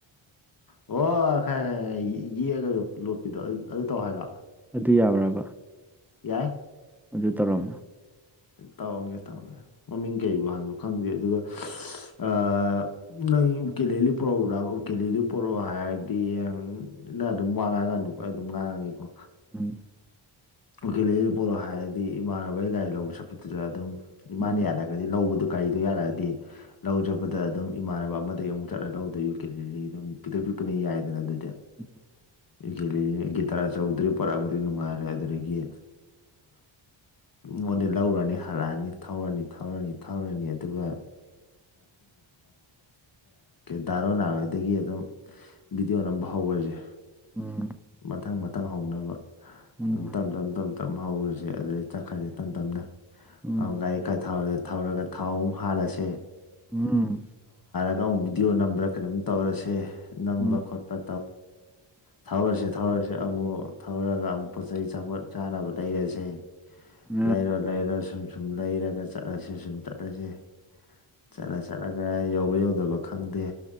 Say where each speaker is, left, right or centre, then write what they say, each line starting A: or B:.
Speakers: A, on the left; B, in the centre.
A: ꯑꯣ ꯈꯔ ꯈꯔ ꯌꯦꯛꯒ ꯂꯣꯠꯄꯤꯗꯣ ꯑꯗꯨ ꯇꯧ ꯍꯥꯏꯔꯛꯑꯣ
B: ꯑꯗꯨꯨ ꯌꯥꯕ꯭ꯔꯕ
A: ꯌꯥ
B: ꯑꯗꯨ ꯇꯧꯔꯝꯃꯦ
A: ꯇꯧꯔꯝꯒꯦ ꯇꯧꯔꯝꯒꯦ ꯃꯃꯤꯡ ꯀꯩꯕꯨ ꯍꯥꯏꯅꯣ ꯈꯪꯗꯦ ꯑꯗꯨꯒ ꯑ ꯅ ꯎꯀꯂ ꯂ ꯄꯔꯣꯗ ꯎꯀꯤꯂ ꯂ ꯄꯔꯣ ꯍꯥꯏꯔꯗꯤ ꯍ ꯅ ꯑꯗꯨꯝ ꯋꯥꯉꯥꯡꯉ ꯅꯨ ꯑꯩ ꯑꯗꯨꯝ ꯉꯥꯡꯉꯒꯦꯀꯣ
B: ꯎꯝ
A: ꯎꯀꯤꯜꯂꯗꯨ ꯄꯣꯂꯣ ꯍꯥꯏꯔꯗꯤ ꯏꯃꯥꯟꯅꯕꯒꯤ ꯒꯥꯔꯤ ꯂꯧꯕ ꯆꯠꯄꯗꯨꯗ ꯑꯗꯨꯝ ꯏꯃꯥꯅ
B: ꯎꯝ
A: ꯌꯥꯔꯒꯗꯤ ꯂꯧꯕꯗꯨ ꯒꯥꯔꯤꯗꯣ ꯌꯥꯔꯛꯑꯗꯤ ꯂꯧꯖꯕꯗ ꯑꯗꯨꯝ ꯏꯃꯥꯟꯅꯕ ꯑꯃꯗꯒꯤꯩ ꯑꯃꯨꯛ ꯆꯠꯂ ꯂꯧꯗꯣꯏ ꯌꯨ ꯀꯤꯜꯂꯤꯅꯤ ꯑꯗꯨꯝ ꯄꯤꯛꯇꯛ ꯄꯤꯛꯄꯅꯤ ꯌꯥꯏꯗꯅ ꯑꯗꯨꯗꯤ
B: ꯎꯝ
A: ꯉꯦ ꯒꯤꯇꯥꯔ ꯆꯧꯗ꯭ꯔꯤ ꯄꯔꯛꯑꯕꯨꯗꯤ ꯅꯨꯡꯉꯥꯏꯔꯦ ꯑꯗꯨꯗꯒꯤ
B: <inaudible>
A: ꯃꯉꯣꯟꯗ ꯂꯧꯔꯅꯤ ꯍꯜꯂꯛꯑꯅꯤ ꯊꯧꯔꯅꯤ ꯊꯧꯔꯅꯤ ꯊꯧꯔꯅꯤ ꯑꯗꯨꯒ ꯗꯥꯔꯣꯟ ꯅꯥꯔꯗꯒꯤ ꯑꯗꯨꯝ ꯕꯤꯗꯤꯑꯣꯣꯟ ꯑꯃ ꯍꯧꯕꯁꯦ
B: ꯎꯝ
A: ꯃꯊꯪ ꯃꯊꯪ ꯍꯧꯅꯕ
B: ꯎꯝ
A: ꯁꯨꯝ ꯇꯝ ꯇꯝ ꯇ ꯇ ꯍꯧꯔꯁꯦ ꯑꯗꯨꯗꯒꯤ ꯆꯠꯈ꯭ꯔꯁꯦ ꯇꯝ ꯇꯞꯅ
B: ꯎꯝ
A: ꯒꯥꯔꯤ ꯈꯔ ꯊꯥꯔꯒ ꯊꯧꯔꯒ ꯊꯥꯎ ꯑꯃꯨꯛ ꯍꯥꯜꯂꯁꯦ
B: ꯎꯝ
A: ꯑꯒꯥꯎ ꯕꯤꯗꯤꯑꯣ ꯅꯝꯕ꯭ꯔꯥ ꯀꯩꯅꯣꯝ ꯇꯧꯔꯁꯦ ꯅꯝꯕ
B: ꯐꯛ
A: ꯈꯣꯠꯄ
B: <inaudible>
A: ꯊꯧꯔꯁꯤ ꯊꯧꯔꯁꯤ ꯑꯃꯨꯛ ꯊꯧꯔꯒ ꯑꯃꯨꯛ ꯄꯣꯠ ꯆꯩ ꯑꯆꯥꯄꯣꯠ ꯆꯥꯅꯕ ꯂꯩꯔꯁꯦ
B: ꯎꯝ
A: ꯂꯩꯔꯣ ꯂꯩꯔꯣ ꯁꯨꯝ ꯁꯨꯝ ꯂꯩꯔꯒ ꯆꯠꯂꯁꯤ ꯁꯨꯝ ꯆꯠꯂꯁꯤ ꯆꯠꯂ ꯆꯠꯂꯒ ꯌꯧꯕ ꯌꯧꯗꯕ ꯈꯪꯗꯦ